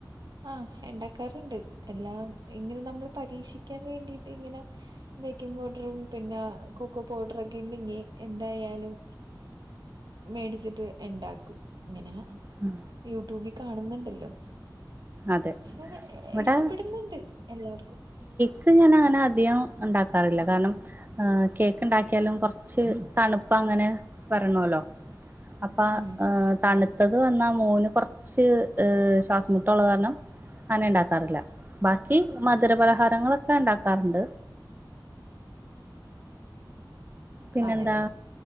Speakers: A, on the right; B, on the right.
A: ആഹ് ഇണ്ടാക്കാറ്ണ്ട് എല്ലാം ഇങ്ങനെ നമ്മൾ പരീക്ഷിക്കാൻ വേണ്ടിട്ട് ഇങ്ങനെ ബേക്കിങ് പൗഡറും പിന്നെ കൊക്കോ പൗഡറൊക്കെ ഇണ്ടെങ്കി ‌എന്തായാലും മേടിച്ചിട്ട് ഇണ്ടാക്കും ഇങ്ങനെ
B: ഉം
A: യൂട്യൂബി കാണുന്നുണ്ടല്ലോ
B: അതെ
A: പക്ഷെ
B: ഇവിടെ
A: ഇഷ്ടപ്പെടുന്നുണ്ട് എല്ലാവർക്കും
B: ഇക്ക് ഇങ്ങനെ ഇങ്ങനെ അധികം ഉണ്ടാക്കാറില്ല കാരണം ആഹ് കേക്ക് ഉണ്ടാക്കിയാലും കൊറച്ച് തണുപ്പ് അങ്ങനെ വരണോല്ലോ അപ്പ
A: ഉം
B: തണുത്തത് വന്നാ മോന് കൊറച്ച് ശ്വാസം മുട് ട്ടുള്ള കാരണം അങ്ങനെ ഇണ്ടാക്കാറില്ല ബാക്കി മധുരപലഹാരങ്ങളൊക്കെ ഇണ്ടാക്കാറുണ്ട് പിന്നെന്താ
A: ആണ്ല്ലേ